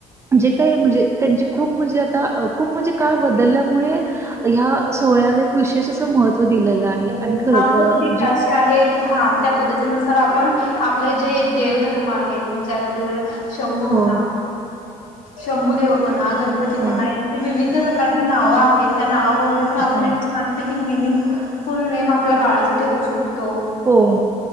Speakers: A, on the right (about 20°); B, on the left (about 80°).
A: जे काय म्हणजे, त्यांची खूप म्हणजे आता, खूप म्हणजे काळ बदलल्यामुळे ह्या
B: हो
A: सोहळ्या, विशेष असं महत्व दिलेलं आहे.
B: हो
A: आणि
B: नाम
A: खरंच
B: पद्धती
A: अ जी
B: अशी आहे की, हा... त्या पद्धतीनुसार आपण, आपले जे देवधर्म आहेत, म्हणजे आपल्या जडे शंभू म्हणा.
A: हो
B: शभुदेव म्हणा गणपती म्हणा
A: हो
B: यांचे विविध प्रकारची नाव आहेत त्या नावा पण आपण
A: हो
B: एक छानपैकी मिनिंग. फुल नेम आपल्या बाळाचा ठेवू शकतो...
A: हो